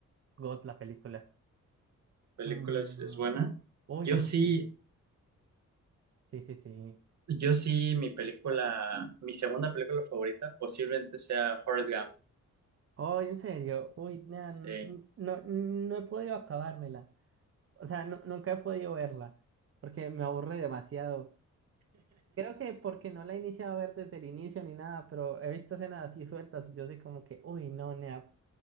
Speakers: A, on the right (about 45°); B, on the right (about 60°).
A: God, la película.
B: Película
A: Mm,
B: es, es buena.
A: uy,
B: Yo
A: no,
B: sí,
A: sí, sí, sí, sí.
B: yo sí, mi película, mi segunda película favorita posiblemente sea Forrest Gump.
A: Oh, en serio, uy, nah,
B: Sí,
A: n- no, no he podido acabármela. O sea, nu- nunca he podido verla, porque me aburre demasiado. Creo que porque no la he iniciado a ver desde el inicio ni nada, pero he visto escenas así sueltas. y Yo soy como que, uy, no, nea,